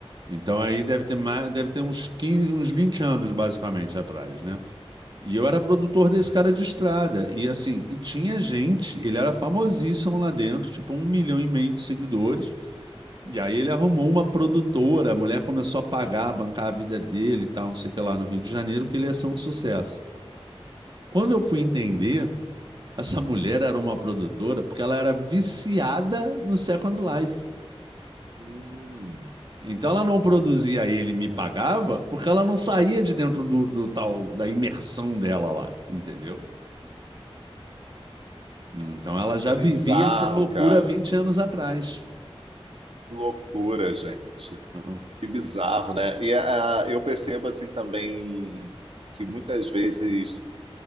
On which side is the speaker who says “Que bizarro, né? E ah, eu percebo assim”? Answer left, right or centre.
Right